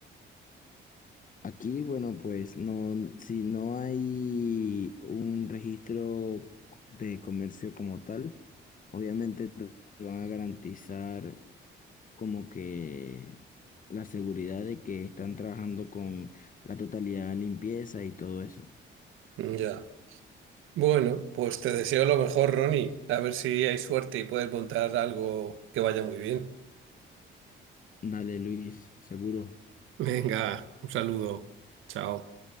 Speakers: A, on the left (about 40°); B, on the right (about 85°).
A: Aquí, bueno, pues no, si no hay un registro de comercio como tal, obviamente te te van a garantizar como que la seguridad de que están trabajando con la totalidad de limpieza y todo eso.
B: Mm, Ya. Bueno, pues te deseo lo mejor, Ronnie. A ver si hay suerte y puedes montar algo que vaya muy bien.
A: Dale, Luis, seguro.
B: Venga, un saludo. Chao.